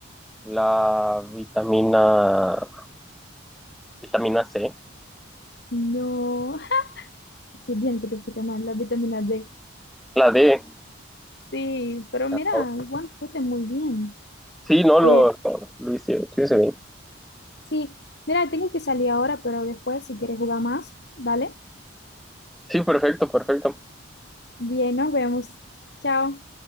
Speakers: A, in the centre; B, on the left.
A: la vitamina, vitamina C,
B: No. <laughs> Qué bien que te fuiste mal. La vitamina D.
A: la D.
B: Sí, pero mira,
A: Ah,
B: igual fuiste muy bien.
A: Sí, no,
B: Eh,
A: lo, lo, lo hice, lo hice bien.
B: sí, mira, tengo que salir ahora, pero después si quieres jugar más, dale.
A: Sí, perfecto, perfecto.
B: Bien, nos vemos. Chao.